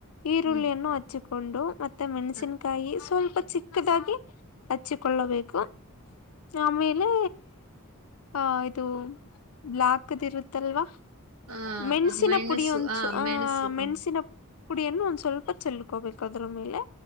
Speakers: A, on the left; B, on the right.
A: ಈರುಳ್ಳಿಯನ್ನು
B: ಹ್ಮ್
A: ಹಚ್ಚಿ ಕೊಂಡು ಮತ್ತೆ ಮತ್ತೆ ಮೆಣಸಿನಕಾಯಿ
B: ಹಾ
A: ಸ್ವಲ್ಪ ಚಿಕ್ಕದಾಗಿ ಹಚ್ಚಿಕೊಳ್ಳಬೇಕು ಆಮೇಲೆ ಅ ಇದು ಬ್ಯಾಕ್ದ ಇರುತ್ತಲ್ವಾ
B: ಹಾ
A: ಮೆಣಸಿನ
B: ಮೆಣಸು
A: ಪುಡಿ ಒಂದು
B: ಹ
A: ಚುರ್ ಆ
B: ಮೆಣಸು ಹ
A: ಮೆಣಸಿನ ಪುಡಿಯನ್ನು ಒಂದ್ ಸ್ವಲ್ಪ ಚೆಲ್ಕೋಬೇಕು ಅದ್ರ ಮೇಲೆ